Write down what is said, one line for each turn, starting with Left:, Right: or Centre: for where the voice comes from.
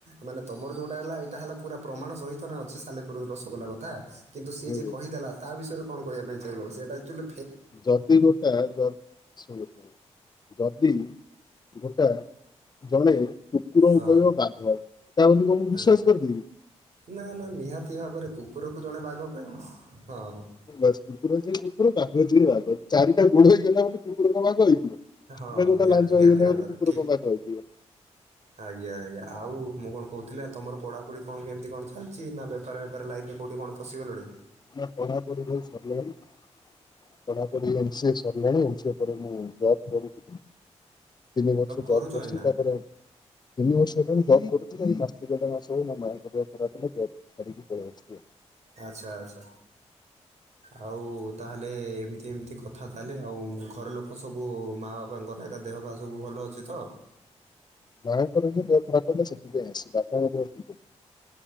Right: ମାନେ ତମର ଯୋଉଟା ହେଲା ଏଇଟା ହେଲା। ପୁରା ପ୍ରମାଣ ସହିତ ନା ଅଛି ସାଲେପୁର ରସଗୋଲା କଥା। କିନ୍ତୁ ସିଏ
Left: ହୁଁ
Right: ଯେ କହିଦେଲା ତା ବିଷୟରେ କଣ କହିବା ପାଇଁ ଚାହିଁବ ସେଇଟା ଆକ୍ଚୁଲି‌।
Left: ଯଦି ଗୋଟା ଯ ଶୁଣ ଶୁଣ ଯଦି ଗୋଟା ଜଣେ କୁକୁର
Right: ହଁ
Left: କହିବ ବାଘ ତା ବୋଲି କଁ ମୁଁ ବିଶ୍ୱାସ
Right: ଆଚ୍ଛା
Left: କରିଜିବି କି।
Right: ନା ନା ନିହାତି ଭାବରେ କୁକୁରକୁ ଜଣେ ବାଘ କହିବ ହଁ।
Left: ବାସ କୁକୁର ଯିଏ କୁକୁର ବାଘ ଯିଏ ବାଘ ଚାରିଟା ଗୋଡ ହେଇଗଲା ବୋଲି କୁକୁର କଣ ବାଘ ହେଇଥିବ।
Right: ହଁ
Left: ନା ଜୋଉଟା
Right: ନିହାତି
Left: ଲାଞ୍ଚ
Right: ନିହାତି
Left: ହେଇ ଗଲା
Right: ଭାବରେ
Left: ବୋଲି କୁକୁର
Right: ଠିକ୍
Left: କଣ ବାଘ ହେଇଯିବ।
Right: ଆଜ୍ଞା ଆଜ୍ଞା ଆଉ ମୁଁ କଣ କହୁଥିଲି ଆଁ ତମର ପଢାପଢି କଣ କେମିତି କଣ ଚାଲିଛି ନା ବେପାର ଫେ ଫାର ଲାଇନ୍ ରେ କୋଉଠି କଣ ପଶିଗଲାଣି।
Left: ନା ପଢ଼ାପଢି ଭାଇ ସରିଗଲାଣି। ପଢାପଢି ଏମ ସି ଏ ସରିଲାଣି ଏମ ସି ଏ ପରେ ମୁଁ ଜବ୍ କରୁଥିଲି। ତିନି ବର୍ଷ
Right: କରୁଛ
Left: ଜବ୍ କରିଛ
Right: ଏଇନା
Left: ତାପରେ ତିନି ବର୍ଷ ହେଲାଣି ଜବ କରୁଥିଲି ଏଇ ମାସେ ଦେଢ ମାସେ ହବ ମୋ ମା ଙ୍କ ଦେହ ଖରାପ ହେଲା ଜବ ଛାଡିକି ପଳେଇ ଆସିଲି ଆଉ।
Right: ଆଚ୍ଛା ଆଚ୍ଛା ଆଉ ତାହେଲେ ଏମିତି ଏମିତି କ କଥା ତାହେଲେ ଆଉ ଘର ଲୋକ ସବୁ ମାଆ ବାପାଙ୍କର ଏକା ଦେହ ପାହା ସବୁ ଭଲ ଅଛି ତ?
Left: ମାଆଙ୍କର ଯୋଉ ଦେହ ଖରାପ ହେଲା ସେଥିପାଇଁ ଆସିଛି ବାପାଙ୍କ ଦେହ ଠିକ୍ ଅଛି।